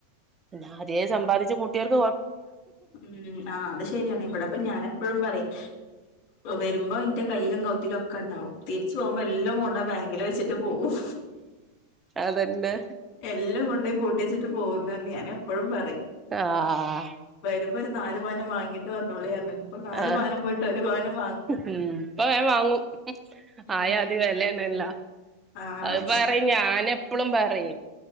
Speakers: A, on the right; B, on the left.
A: പിന്ന ആദ്യെ സമ്പാദിച്ച ക്കുട്ടിയോർക്ക്
B: ഉം ആഹ് അത് ശരിയാണ്. ഇവിടെപ്പം ഞാൻ എപ്പോഴും പറയും വരുമ്പോ ഇന്റെ കയ്യിലും കൗത്തിലലും ഒക്കെ ഉണ്ടാവും തിരിച്ചു പോകുമ്പോ എല്ലാം കൊണ്ട ബാങ്കില് വെച്ചിട്ട് പോകവും.
A: അതന്നെ
B: എല്ലാം കൊണ്ടപോയി പൂട്ടി വച്ചിട്ട് പോകുന്ന് ഞാൻ എപ്പോഴും പറയും
A: ആഹ്
B: വരുമ്പോ ഒരു നാല് പവനം വാങ്ങിട്ട വന്നോളിന്ന് പറഞ്ഞണ് ഇപ്പോ നല്
A: ആഹ്
B: പാവനം പോയിട്ട് ഒരു പാവനം
A: ഉം ഇപ്പം വെ വാങ്ങും
B: ഉം
A: ആയാതി വെലെണല്ലോ.
B: ആഹ്
A: അത് പറയും ഞാനെപ്പളും പറയും